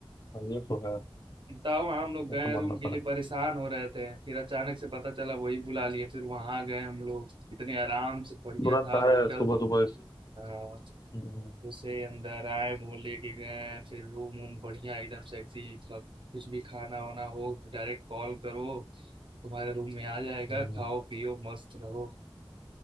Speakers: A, on the left; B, on the right.
A: हाँ, ये तो है
B: तब हम लोग गए
A: ये तो मानना
B: रूम के
A: पड़ा
B: लिए परेशान हो रहे थे फिर अचानक से पता चला वही बुला लिए फिर वहां गए हम लोग इतने आराम से बढ़िया
A: तुरंत
B: था
A: आए
B: होटल
A: सुबह सुबह इस-
B: आ,
A: हम्म,
B: उसे अंदर आए वो लेके गए फिर रूम वूम बढ़िया एकदम सेक्सी कुछ भी खाना वाना हो तो डायरेक्ट कॉल करो तुम्हारे रूम में आ जाएगा
A: हम्म,
B: खाओ पियो मस्त रहो